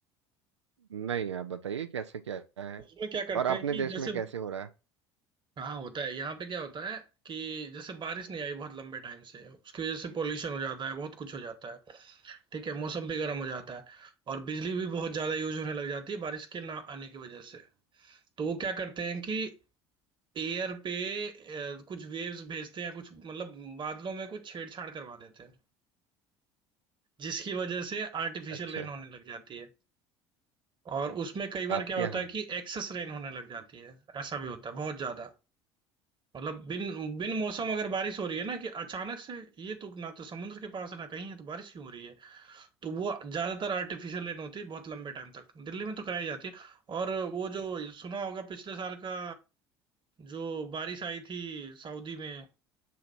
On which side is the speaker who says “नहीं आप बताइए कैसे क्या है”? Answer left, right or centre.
Right